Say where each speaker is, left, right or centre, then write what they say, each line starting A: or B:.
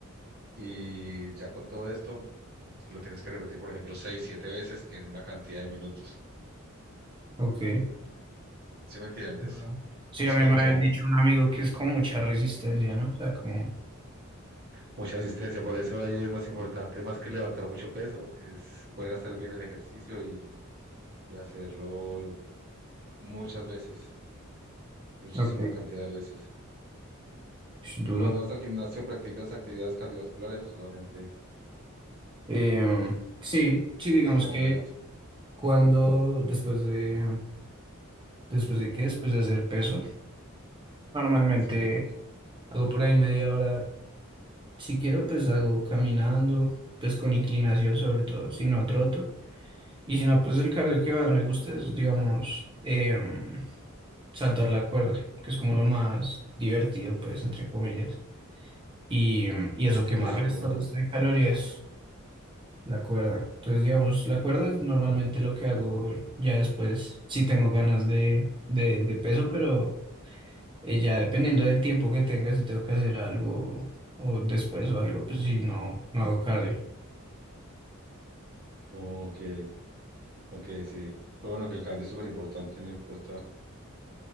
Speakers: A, on the right (about 50°); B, on the right (about 25°).
A: Y ya con todo esto, lo tienes que repetir, por ejemplo, 6 7 veces en una cantidad de minutos.
B: Ok.
A: ¿Sí me entiendes?
B: Ah, Sí,
A: Es
B: a mí
A: como
B: me habían dicho un amigo que es con mucha resistencia, ¿no? O sea, como...
A: mucha resistencia. Por eso ahí es más importante, más que levantar mucho peso, es poder hacer bien el ejercicio y, y hacerlo muchas veces, muchísima
B: Ok.
A: cantidad de veces.
B: Es
A: ¿Y
B: duro.
A: cuando vas al gimnasio, practicas actividades cardiovasculares o solamente
B: Eh, sí, sí, digamos
A: bombeas?
B: que cuando, después de, después de qué, después de hacer peso, normalmente...
A: Sí,
B: Hago por ahí media hora. Si quiero, pues hago caminando, pues con inclinación sobre todo, si no troto. Y si no, pues el cardio que más me gusta es, digamos, em, saltar la cuerda, que es como lo más divertido, pues, entre comillas. Y, y eso
A: sí,
B: que más resto,
A: también me
B: resto
A: gusta.
B: de calorías, la cuerda. Entonces, digamos, la cuerda es normalmente lo que hago ya después, si tengo ganas de, de, de peso, pero... eh, ya dependiendo del tiempo que tenga, si tengo que hacer algo o después o algo, pues si no, no hago cardio.
A: Ok, ok, sí. Pero bueno, que el cardio es súper importante, no importa,